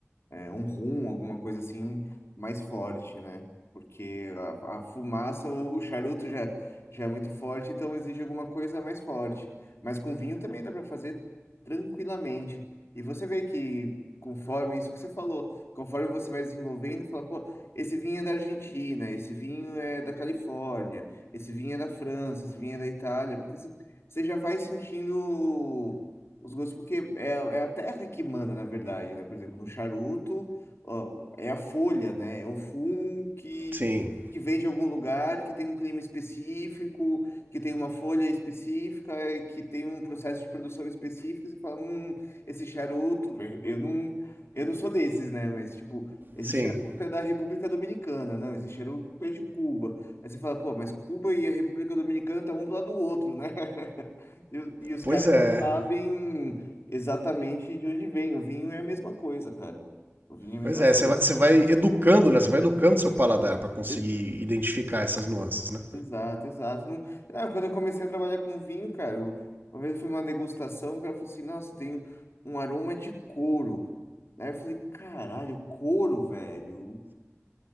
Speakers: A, on the left; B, on the right.
A: é, um rum, alguma coisa assim mais forte, né? Porque a, a fumaça ou o charuto já, já é muito forte, então exige alguma coisa mais forte. Mas com vinho também dá para fazer tranquilamente. E você vê que conforme isso que você falou, conforme você vai desenvolvendo, fala, pô, esse vinho é da Argentina, esse vinho é da Califórnia, esse vinho é da França, esse vinho é da Itália, porque você, você já vai sentindo os gostos, porque é, é a terra que manda, na verdade, né? Por exemplo, no charuto, ó, é a folha, né? É o fumo que,
B: Sim,
A: que vem de algum lugar, que tem um clima específico, que tem uma folha específica, eh, que tem um processo de produção específico. Você fala, hum, esse charuto, eu eu não, eu não sou desses, né? Mas, tipo, esse
B: sim.
A: charuto é da República Dominicana, não, esse charuto é de Cuba. Aí você fala, pô, mas Cuba e a República Dominicana tá um do lado do outro, né? <laughs> E, os- e os
B: Pois
A: caras
B: é.
A: sabem exatamente de onde vem. O vinho é a mesma coisa, cara. O vinho é a mesma
B: Pois é,
A: coisa.
B: você vai, você vai educando, né? Você vai educando seu paladar para conseguir
A: Ex-
B: identificar essas nuances, né?
A: Exato, exato. Não... Ah, quando eu comecei a trabalhar com vinho, cara, eu- uma vez eu fui numa degustação, o cara falou assim, nossa, tem um aroma de couro. Aí eu falei, caralho, couro, velho.